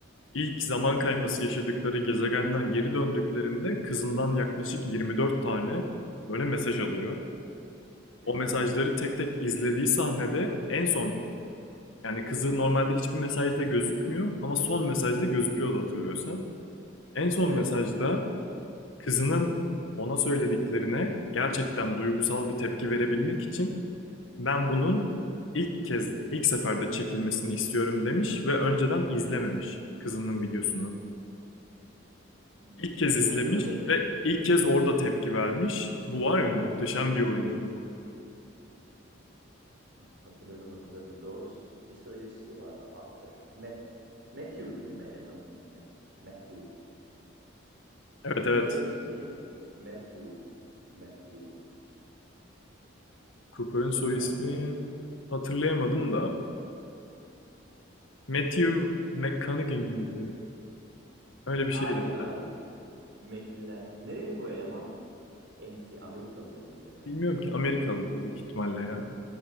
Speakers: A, on the left (about 80°); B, on the right (about 60°).
A: İlk zaman kayması yaşadıkları gezegenden geri döndüklerinde kızından yaklaşık 24 tane böyle mesaj alıyor.
B: Hı
A: O
B: hı.
A: mesajları tek tek izlediği sahnede en son yani kızı normalde hiçbir mesajda gözükmüyor ama son mesajda gözüküyordu hatırlıyorsan. En son
B: Evet.
A: mesajda Kızının ona söylediklerine gerçekten duygusal bir tepki verebilmek için ben bunun ilk kez, ilk seferde çekilmesini istiyorum demiş ve önceden izlememiş kızının videosunu.
B: Hı.
A: İlk kez izlemiş
B: Hatırladım.
A: ve ilk kez orada tepki vermiş. Bu var ya muhteşem bir oyunculuk.
B: Bak, hatırladım hatırladım. Doğrusu Bir söyleşisi vardı. After. Matt. Matthew'du değil mi elemanın ismi? Matthew.
A: Evet
B: Cooper'ın
A: evet.
B: soy ismi neydi? Matthew. Matthew.
A: Cooper'ın soy
B: Harikaydı
A: ismi
B: ya.
A: hatırlayamadım da. Matthew McConaughey miydi? Öyle bir şeydi
B: Aynen abi.
A: herhalde.
B: Mekliler. Nereli bu eleman? MC. Amerikalıdır muhtemelen
A: Bilmiyorum
B: bu ya.
A: ki Amerikalıdır büyük ihtimalle ya.